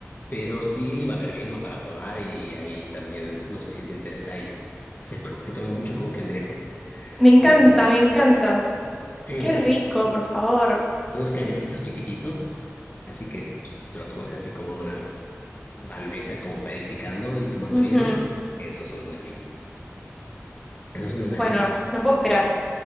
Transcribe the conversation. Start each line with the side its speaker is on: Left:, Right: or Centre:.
Left: Pero sí va a haber vino para probar y ahí también, no sé si te interesa, ahí se, co- se come mucho con cangrejos.
Centre: Me encanta,
Left: Hay unos cangrejitos.
Centre: me encanta.
Left: Eso.
Centre: Qué rico, por favor.
Left: unos cangrejitos chiquititos. Así que pues, tú los comes así como en una bandeja, como para ir picando y tomando
Centre: Ujú.
Left: vino. Eso es una maravilla. Eso es una maravilla.
Centre: Bueno, no puedo esperar.